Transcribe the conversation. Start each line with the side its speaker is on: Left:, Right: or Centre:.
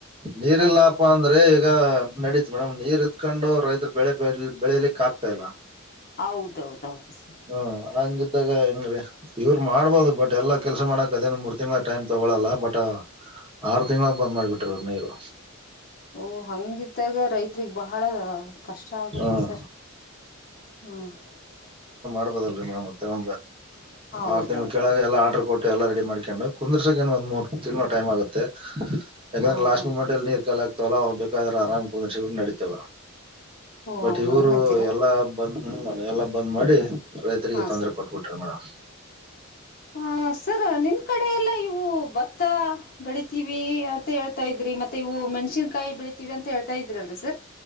Right: ನೀರಿಲ್ಲಾಪ
Left: ಅಯ್ಯೋ
Right: ಅಂದ್ರೆ ಈಗ ನಡ ಮೇಡಮ್ ನೀರ್ ಇದತ್್ಕೊಂಡು ರೈತರು ಬೆಳೆ ಬೆ ಬೆಳೆಯಲಿಕ್ ಆಗ್ತಾ ಇಲ್ಲ
Left: ಹೌದೌದೌದು ಸರ್
Right: ಹ್ಮ್ ಹಂಗಿದ್ದಾಗ ಹೆಂಗ ರೀ ಇವ್ರು ಮಾಡ್ಬೋದು ಬಟ್ ಎಲ್ಲಾ ಕೆಲ್ಸ ಮಾಡಕಕ್ ಅದೇ ಮೂರ್ ತಿಂಗ್ಳ ಟೈಮ್ ತಗೊಳಲ್ಲ ಬಟ್ ಆರು ತಿಂಗಳಾಗ ಬಂದ್ ಮಾಡ್ಬಿಟ್ರ ನೀರು
Left: ಓ ಹಂಗಿದ್ದಾಗ ರೈತ ತ್ಗ್ ಬಹಳ ಕಷ್ಟ ಆಗುತ್ತೆ
Right: ಹ್ಮ್
Left: ಸರ್ ಹ್ಮ್
Right: ಲ್ ಮತ್ತೆ ಒ
Left: ಹೌದೌದೌದು
Right: ಆರು ತಿಗಳು ಕೆಳಗೆ ಎಲ್ಲ ಆರ್ಡರ್ ಕೊಟ್ಟ ಎಲ್ಲ ರೆಡಿ ಮಾಡ್ಕೊಂಡು ಕುುದರ್ಸಾಗ ಏ ಒಂದ್ ಮೂರ್ ತಿಗಳು ಟೈಮ್ ಆಗುತ್ತೆ ಯಾಕಂದ್ರೆ
Left: ಹಾ
Right: ಲಾಸ್ಟ್
Left: ಹಾ
Right: ಮೂಮೆಂಟ್
Left: ಹಾ
Right: ಅಲ್ಲಿ ನೀರ್ ಕಾಲ ಆಗ್ತವಲ್ಲ ಬೇಕಂದ್ರೆ ಆರಾಮ್ ಕುಂದ್ರಿಡ ನಡಿತತವ
Left: ಓ
Right: ಬಟ್ ಇವರು
Left: ಹಂಗಂತೀರಾ
Right: ಎಲ್ಲಾ ಬಂದ ಹ್ಮ್ ಮನೆ ಎಲ್ಲಾ ಬಂದ್ ಮಾಡಿ ರೈತರಿಗೆ
Left: ಹಾ
Right: ತೊಂದ್ರ
Left: ಸರ್
Right: ಕೊಟ್ಬಿಟ್ರ ಮೇಡಮ್
Left: ಹ ಸರ್ ನಿಮ್ ಕಡೆ ಎಲ್ಲಾ ಇವು ಭತ್ತ ಬೆಳಿತೀವಿ ಅ ಹೇಳ್ತಾ ಇದ್ರಿ ಮತ್ತೆ ಇವು ಮೆಣಸನ್ಕಾಯಿಳಿತೀವಿ ಅಂತ ಹೇತಾ ಇದ್ರರಲ್ರಿ ಸರ್